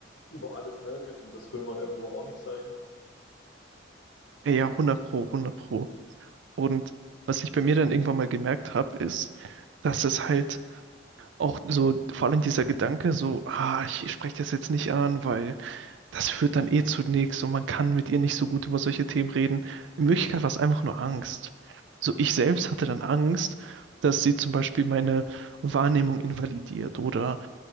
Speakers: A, on the left; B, on the right.
A: über alles nörgelt und das will man irgendwo auch nicht sein.
B: ja, ja, 100 Pro, 100 Pro. Und was ich bei mir dann irgendwann mal gemerkt habe, ist, dass es halt auch so, vor allem dieser Gedanke, so, ah, ich spreche das jetzt nicht an, weil das führt dann eh zu nichts und man kann mit ihr nicht so gut über solche Themen reden. In Wirklichkeit war es einfach nur Angst. So, ich selbst hatte dann Angst, dass sie zum Beispiel meine Wahrnehmung invalidiert oder